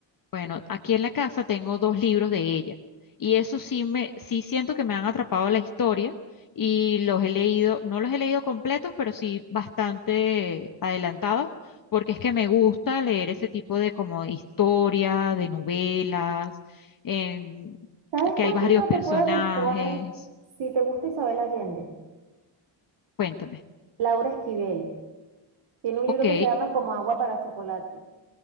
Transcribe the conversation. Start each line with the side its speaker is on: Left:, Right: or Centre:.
Left: Bueno, aquí en la casa tengo dos libros de ella y eso sí me, sí siento que me han atrapado la historia y los he leído, no los he leído completos, pero sí bastante adelantados, porque es que me gusta leer ese tipo de como historia, de novelas, en-
Right: ¿Sabes
Left: que
Right: cuál
Left: hay varios
Right: libro
Left: personajes.
Right: te puede gustar si te gusta Isabel Allende?
Left: Cuéntame.
Right: Laura Esquivel. Tiene un
Left: Ok.
Right: libro que se llama Como agua para chocolate.